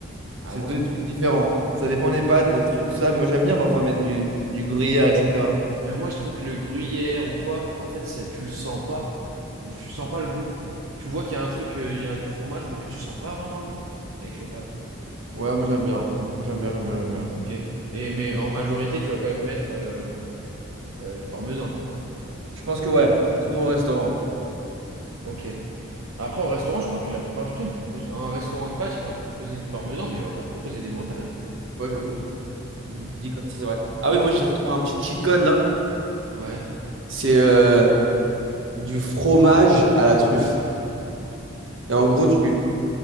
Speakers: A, on the right (about 80°); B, on the right (about 65°).
A: Ah
B: C'est
A: ouais.
B: deux trucs différents. Ça dépend des pâtes, des trucs, tout ça. Moi, j'aime bien parfois mettre du, du gruyère, etc.
A: Mais moi, je trouve que le gruyère ou quoi, en fait, ça, tu le sens pas. Mais Tu sens pas le goût. Tu vois qu'il y a un truc, euh, il y a du fromage, quoi, mais tu sens pas vraiment le goût avec les pâtes.
B: Ouais, moi, j'aime bien. Moi, j'aime bien, j'aime bien, j'aime bien.
A: Ok. Et, mais
B: Mais
A: en majorité, tu vas quand même mettre euh, euh, du parmesan.
B: je pense que ouais, surtout au restaurant.
A: Ok. Après, au restaurant, je crois que la plupart du temps, ils proposent un restaurant de pâtes, il va te proposer du parmesan, mais il va pas te proposer des mentales.
B: Ouais, j'avoue.
A: Hmm.
B: Je dis comme ça, c'est vrai. Ah oui, moi, j'ai retrouvé un petit cheat code là.
A: Ouais.
B: C'est euh, du fromage à la truffe. Et
A: Ok,
B: en gros, tu,